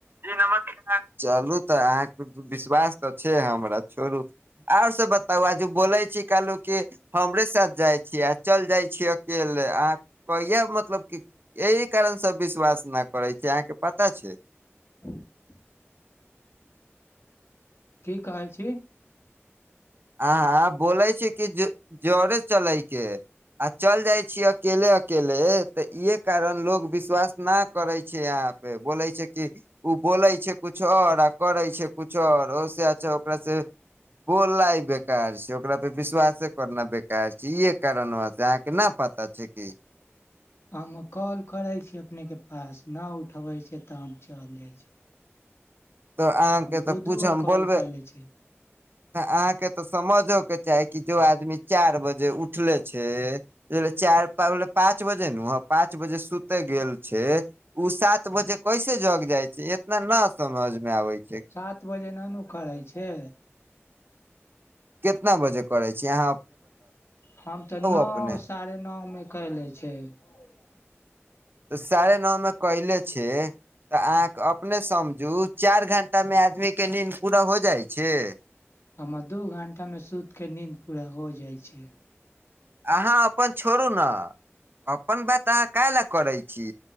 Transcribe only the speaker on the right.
जी नमस्कार चलू तऽ अहाँके विश्वास तऽ छै हमरा छोड़ू आओर सब बताउ आ जे बोलै छी कहलहु क हमरे साथ जाइ छियै आ चल जाइ छियै अकेले अह कहिये मतलब क एहि कारणसँ विश्वास न करै छै अहाँके पता छै
आहाँ बोलै छी कि जरे चलैके है आ चल जाय छी अकेले अकेले तऽ इहे कारण लोग विश्वास न करे छै अहाँ पर बोलै छै की ओ बोलै छै किछु आओर आ करै छै किछु आर ओ सेअच्छा ओकरा से गोर लाइग बेकार छै ओकरा पे विश्वासे करना बेकार छै इहे कारण वा से अहाँ के न पता छै कि
तऽ अहाँके
तऽ
पूछम
बोलबै
तऽ अहाँके तऽ समझो के चाही कि जो आदमी चारि बजे उठले छै चारि पाँच बजे नू आ पाँच बजे सुते गेल छै उ सात बजे कैसे जग जाइ छै इतना न समझ मे आबै छै
केतना बजे करै छी आहाॅं।
अपने
तऽ साढ़े नौ मे कैले छै। तऽ अहाँके अपने समझू चारि घंटा मे आदमी के नींद पूरा हो जाइ छै
अहाँ अपन छोड़ू ने अपन बात अहाँ कायेला करै छी